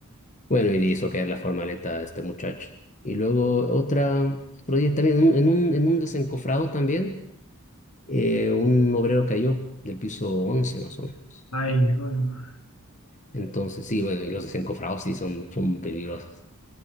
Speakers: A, on the left; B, on the left.
A: Bueno, y hizo caer la formaleta a este muchacho. Y luego otra, otro día también, en un, en un, en un desencofrado también, eh, un obrero cayó del piso 11 más o menos.
B: Ay, joder, ma.
A: Entonces, sí, bueno, y los desencofrados sí son, son peligrosos.